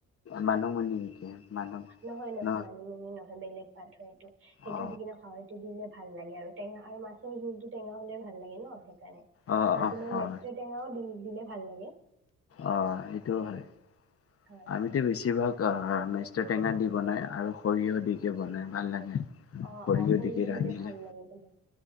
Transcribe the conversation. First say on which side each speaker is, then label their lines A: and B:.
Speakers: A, on the left; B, on the right.
A: মানিমুনি নেকি? মানৱ
B: নহয়, নহয়,
A: ন
B: মানি মুনি নহয় বেলেগ পাত হয় এইটো সেইটো
A: অ
B: দি কিনা খাৱটো দিলে ভাল লাগে আৰু টেঙা আৰু মাছৰ জোলটো টেঙা হ'লে ভাল লাগে ন সেইকাৰণে।
A: অ
B: আৰু
A: অ
B: তোমাৰ মেষ্টা
A: অ
B: টেঙাও দিলে ভাল লাগে।
A: অ' সেইটোও হয়।
B: হয়
A: আমি তেওঁ বেছিভাগ আহ মেষ্টৰ টেঙা দি বনাই আৰু সৰিয়হ দিকে বনাই ভাল লাগে।
B: অ', অ', সৰিয়হ
A: দিকে ৰান্ধিলে
B: দিলে ভাল লাগে বলে